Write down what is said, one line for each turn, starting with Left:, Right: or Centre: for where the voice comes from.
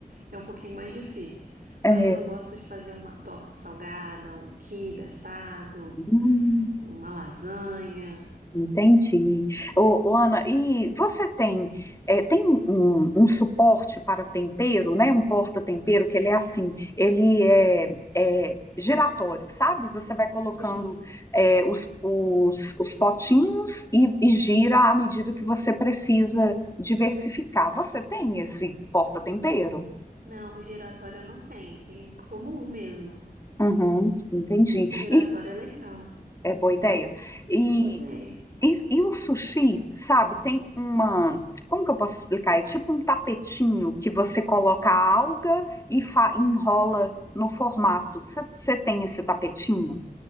Right: é um pouquinho mais difícil.
Left: é,
Right: Mas eu gosto de fazer uma torta salgada, um quibe assado,
Left: hum,
Right: uma lasanha.
Left: entendi. Ô, ô, Ana, e você tem, é, tem um, um suporte para tempero, né? Um porta-tempero que ele é assim, ele é, é giratório, sabe? Você vai colocando
Right: Sim.
Left: é, os, os, os potinhos e, e gira à medida que você precisa diversificar. Você tem esse porta-tempero?
Right: Não, o giratório eu não tenho, tem como um mesmo.
Left: Uhum, entendi.
Right: Esse giratório
Left: E
Right: é legal,
Left: é boa ideia. E,
Right: boa ideia.
Left: e, e o sushi, sabe, tem uma. Como que eu posso explicar? É tipo um tapetinho que você coloca a alga e fa- enrola no formato. Você tem esse tapetinho?